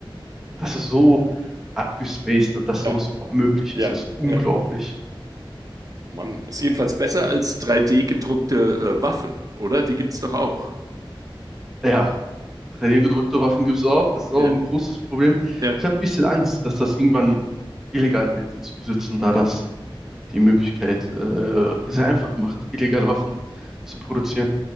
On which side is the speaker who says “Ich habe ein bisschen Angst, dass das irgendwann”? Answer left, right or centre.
Centre